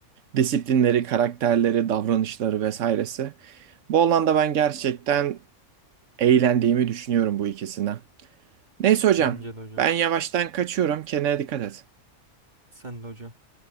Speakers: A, on the right; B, on the right.
A: Disiplinleri, karakterleri, davranışları vesairesi. Bu alanda ben gerçekten eğlendiğimi düşünüyorum bu ikisinden. Neyse hocam
B: Bence de hocam.
A: ben yavaştan kaçıyorum. Kendine dikkat et.
B: Sen de hocam.